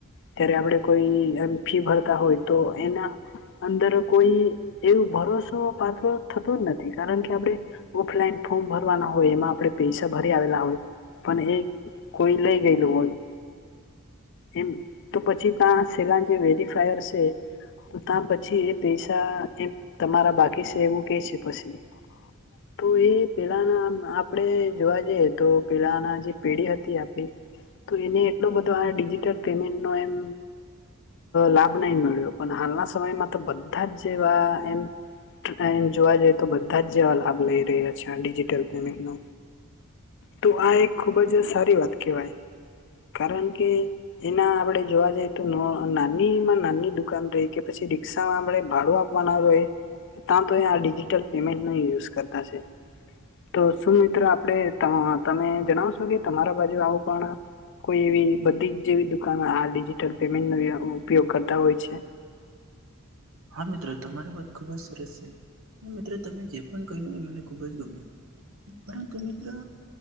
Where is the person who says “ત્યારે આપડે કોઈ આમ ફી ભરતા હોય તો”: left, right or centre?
Left